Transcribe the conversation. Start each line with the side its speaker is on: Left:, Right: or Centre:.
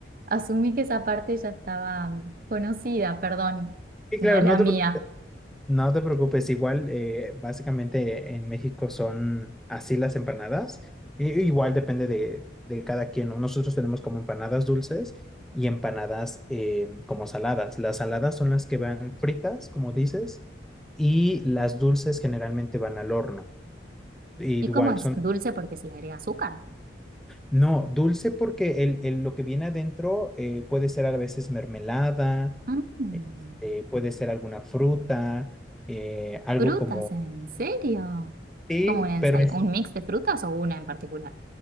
Right: asumí que esa parte ya estaba mm, conocida, perdón,
Centre: Sí,
Right: mala
Centre: claro, no te
Right: mía.
Centre: No te preocupes, igual eh, básicamente en México son así las empanadas. I- igual depende de, de cada quien, ¿no? Nosotros tenemos como empanadas dulces y empanadas eh, como saladas. Las saladas son las que van fritas, como dices, y las dulces generalmente van al horno. Y
Right: ¿Y
Centre: Igual
Right: cómo es?
Centre: son,
Right: Dulce porque se le agrega azúcar.
Centre: no, dulce porque el, el- lo que viene adentro eh, puede ser a veces mermelada,
Right: Mm,
Centre: este, puede ser alguna fruta, eh, algo
Right: frutas,
Centre: como...
Right: ¿en serio?
Centre: Sí,
Right: ¿Como una ensala-
Centre: pero
Right: un mix de frutas o una en particular?